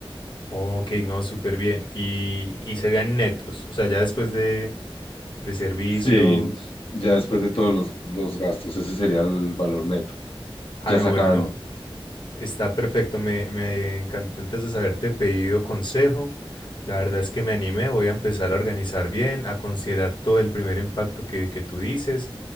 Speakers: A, on the left; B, on the left.
A: Ok, no, súper bien. Y, y serían netos. O sea, ya después de, de servicios.
B: Sí, ya después de todos los, los gastos, ese sería el valor neto.
A: Ah,
B: Ya
A: no,
B: sacan,
A: bueno, no. Está perfecto, me, me encantó entonces haberte pedido consejo. La verdad es que me animé, voy a empezar a organizar bien, a considerar todo el primer impacto que, que tú dices